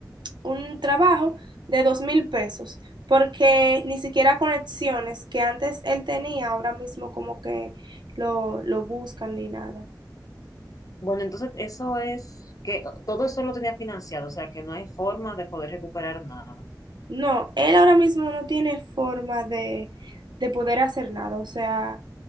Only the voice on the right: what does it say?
un trabajo de dos mil pesos, porque ni siquiera conexiones que antes él tenía, ahora mismo como que lo, lo buscan ni nada.
No, él ahora mismo no tiene forma de, de poder hacer nada, o sea,